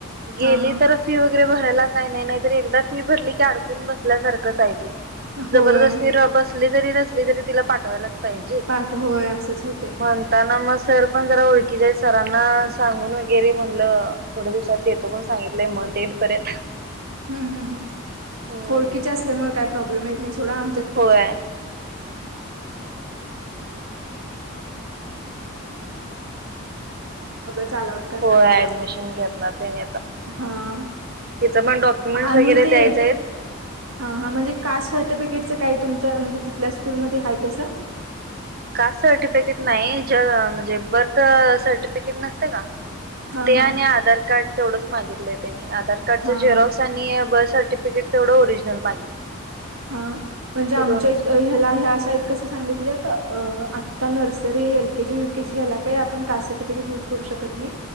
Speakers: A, on the right (about 45°); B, on the right (about 80°).
A: गेली
B: हा हा
A: तर फी वगैरे बरायला काही नाही नाही तरी एकदा फी भरली की अडकून बसल्यासारखंचय ते
B: होय
A: जबरदस्ती बस जरी नसली तिला पाठवायला पहिजे,
B: पाठ होय असंच होते
A: म्हणताना मगं सर पण जरा ओळखी सरांना सांगून वगैरे म्हणलं थोड्या दिवसात देतो पण सांगितलंय मथं येड पर्यंत.
B: हम्म हम्म
A: हम्म
B: ओळखिच्या असल्यामुळे काही प्रॉब्लेम येत नाही सोडा. <inaudible>
A: होय
B: <unintelligible> करणार
A: हो
B: त्याला
A: ऍडमिशन घेणार त्यांनी आता
B: हा
A: तिच डॉक्युमेंट्स
B: आणि
A: वगैरे
B: ते
A: द्यायचे आहेत
B: हा हा म्हणजे कास्ट सर्टिफिकेटचं काही तुमच्या म्हणजे तिथल्या स्कूलमध्ये आहे तसं?
A: का सर्टिफिकेट नाही ज म्हणजे बर्थ सर्टिफिकेट नसते का?
B: हा
A: ते
B: हा
A: आणि आधार कार्ड, तेवढंच मागितलंय त्यानी, आधार कार्डचा
B: हा
A: झेरॉक्स
B: हा
A: आणि आहे बस सर्टिफिकेट तेवढं ओरिजिनल मागितलं
B: हा म्हणजे आमच्या
A: हे दोनच
B: इ ह्याला ह्या अशा इ कस सांगितल्यात? अ आत्ता नर्सरी एल केजी व केजी ह्याला काय आपण कास्ट सर्टिफिकेट युज करू शकत नाही,